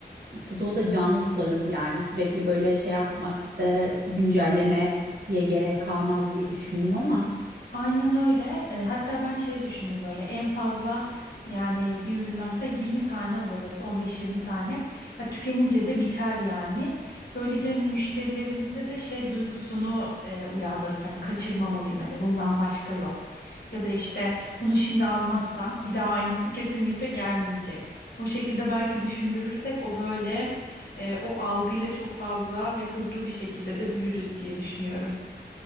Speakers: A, on the right (about 65°); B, on the left (about 65°).
A: stoğu da canlı tutarız yani. Sürekli böyle şey yapmak eee, güncellemeye gerek kalmaz diye düşündüm ama.
B: Aynen öyle. E, hatta ben şey düşündüm böyle en fazla yani bir üründen mesela 20 tane alırız, 15-20 tane. Ha, tükenince de biter yani. Böylece hani müşterilerimizde de şey duygusunu e, uyandırırız. Hani kaçırmamalıyım hani bundan başka yok. Ya da işte bunu şimdi almazsam bir daha aynısı kesinlikle gelmeyecek. O şekilde belki düşündürürsek o böyle e, o algıyla çok fazla ve hızlı bir şekilde de büyürüz diye düşünüyorum.